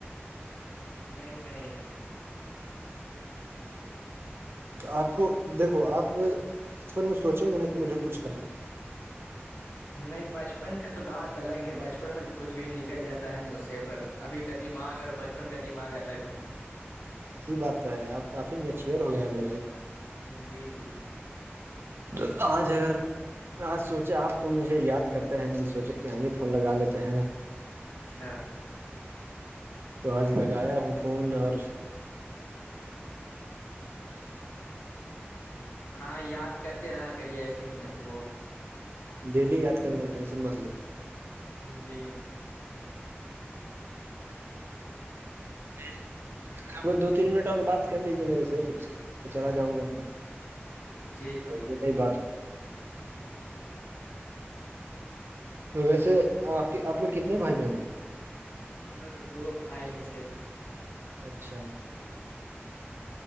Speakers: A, on the left; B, on the right.
A: نہیں نہیں
B: <unintelligible> آپ کو دیکھو آپ اس بار میں سوچا ہوا نا کہ مجھے کچھ کرنا
A: نہیں بچپن کا تو بات الگ ہے بچپن میں تو کچھ بھی نکل جاتا ہے موسے پر ابھی ک د ماگ اور بچپن کا دماگ الگ ہے
B: یہی بات تو ہے آپ کافی میچیور ہو گئے ہیں بڑے بھائی
A: جی جی
B: تو آج اگر آج سوچے آپ تو مجھے یاد کرتے ہیں نہیں سوچے کہ ہم ہی فون لگا لیتے ہیں
A: اچھا
B: تو آج لگایا ہوں فون اور <unintelligible>
A: ہاں یاد کرتے رہا کریے ایسے ہی ہم کو
B: ڈیلی یاد کروں گا ٹینشن متلو
A: جی
B: ج <unintelligible> دو تین منٹ اور بات کر لیجیے میرے سے پھر اس کے میں چلا جاؤں گا نا
A: جی
B: پھر
A: جی
B: نہیں بات ہوئی <inaudible> تو ویسے آپ کے آنے کتنے بھائی بہنوں
A: ہم لوگ تو دو بھائی ہیں صرف
B: اچھا